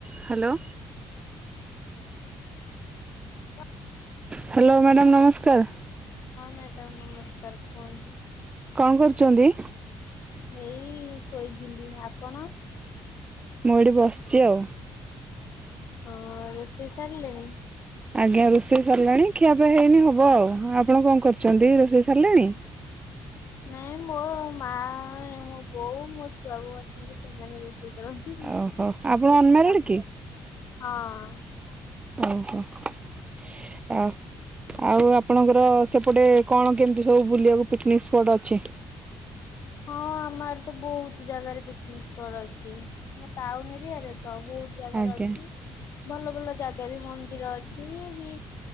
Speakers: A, on the right; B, on the left.
A: <inaudible> Hello.
B: କ
A: hello madam ନମସ୍କାର।
B: ମ୍ୟାଡ଼ାମ ହଁ ନମସ୍କାର କୁହନ୍ତୁ।
A: କଣ କରୁଛନ୍ତି?
B: ଏଇ ଶୋଇଥିଲି ଆପଣ?
A: ମୁଁ ଏଠି ବସିଛି ଆଉ।
B: ହଁ ରୋଷେଇ ସାରିଲେଣିି?
A: ଆଜ୍ଞା ରୋଷେଇ ସାରିଲାଣି ଖିଆପିଆ ହେଇନି ହବ ଆଉ ଆପଣ କଣ କରୁଛନ୍ତି ରୋଷେଇ ସାରିଲେଣି?
B: ନାଇଁ ମୋ ମା ମୋ ବୋଉ ମୋ ଛୁଆ ବୋଉ ଅଛନ୍ତି ସେମାନେ ରୋଷେଇ କରନ୍ତି ମୁଁ
A: ଓହୋ
B: ମୋର
A: ଆପଣ ଅନମ୍ୟାରେଡ
B: କିଛି କାମନାହିଁ
A: କି?
B: ହଁ।
A: ଓହୋ। ଅ ଆଉ ଆପ ଆପଣଙ୍କର ସେପଟେ କଣ କେମିତି ସବୁ ବୁଲିବାକୁ ପିକ୍ନିକ୍ ସ୍ପଟ ଅଛି?
B: ହଁ ଆମର ତ ବହୁତ ଜାଗାରେ ପିକନିକ ସ୍ପଟ ଅଛି ଆ ଟାଉନ ଏରିଆରେ ତ ବହୁତ ଜାଗାର
A: ଆଜ୍ଞା
B: ଅଛି ଭଲ ଭଲ ଜାଗା ବି ମନ୍ଦିର ଅଛି ବି